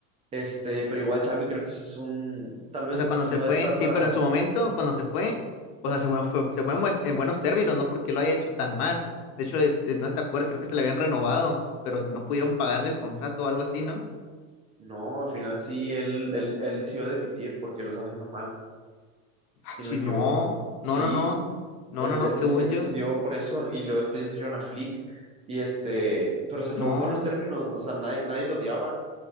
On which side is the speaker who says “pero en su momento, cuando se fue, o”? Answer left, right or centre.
Left